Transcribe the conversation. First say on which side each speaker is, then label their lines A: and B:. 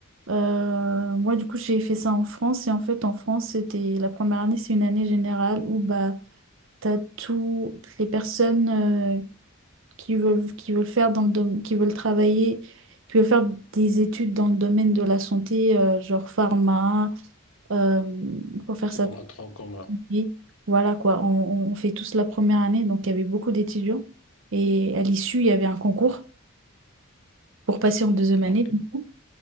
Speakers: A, on the right (about 60°); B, on the left (about 75°).
A: Euh, moi, du coup, j'ai fait ça en France. Et en fait, en France, c'était la première année, c'est une année générale où bah, tu as toutes les personnes euh, qui veulent, qui veulent faire dans le dom- qui veulent travailler, qui veulent faire des études dans le domaine de la santé, euh, genre pharma, euh, pour faire
B: C'est
A: ça
B: comme un tronc commun.
A: et voilà quoi, on, on- fait tous la première année, donc il y avait beaucoup d'étudiants. Et à l'issue, il y avait un concours pour passer en deuxième année.
B: Ok,
A: du coup.